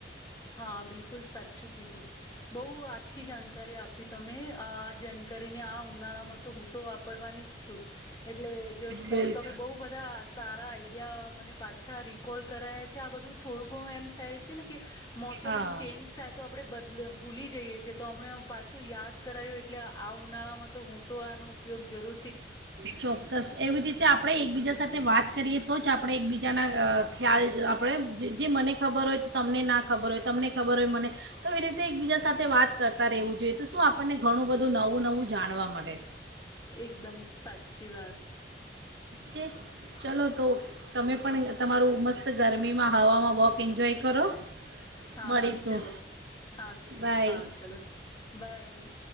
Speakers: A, on the left; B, on the right.
A: હા બિલકુલ સાચું કીધું, બહુ આછી જાણકારી આપી તમે આ જાણકારીને આ ઉનાળામાં તો હું તો વાપરવાની જ છું. એટલે જો
B: બિલ
A: તમે બહુ બધા સારા આ મને પાછા રીકોલ કરાયા છે આ બધું થોડું ઘણું એમ થાય છે ને કે. મોસમ
B: હા
A: ચેન્જ થાય તો આપડે બદલ ભૂલી જઈએ છેીએ, તો હમણે પાછું યાદ કરાયું એટલે આ આ ઉનાળામાં તો હું તો આનો ઉપયોગ જરૂર
B: ચોક્કસ. એવી રીતે આપડે એકબીજા સાથે વાત કરીએ તો જ આપડે એકબીજાના અ ખ્યાલ જ આપડે જે જે મને ખબર હોય તો તમને ના ખબર હોય તમને ખબર હોય મને, તો એ રીતે એકબીજા સાથે વાત કરતાં રહેવું જોઈએ. તો શું આપણને ઘણું બધું નવું નવું જાણવા મલે.
A: એકદમ સાચ ચ્છી વાત.
B: ચે ચલો તો તમે પણ ય તમારું મસ્ત તો ગરમીમાં હવામાં વોક એન્જોય કરો.
A: હા,
B: મળીશું
A: ચલો હાસ,
B: બાય
A: હા, ચલો બાય.